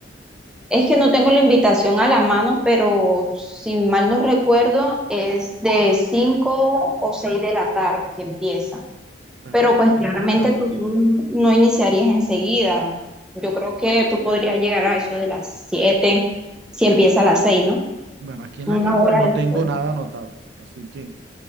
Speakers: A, in the centre; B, on the right (about 80°).
A: Es que no tengo la invitación a la mano, pero si mal no recuerdo, es de 5 o 6 de la tarde que empieza.
B: Bueno,
A: Pero pues
B: estoy
A: claramente
B: buscando.
A: tú no no iniciarías enseguida. Yo creo que tú podrías llegar a eso de las 7 si empieza a las 6, ¿no?
B: Bueno, aquí en
A: Una
B: la agenda
A: hora
B: no
A: después.
B: tengo nada anotado, así que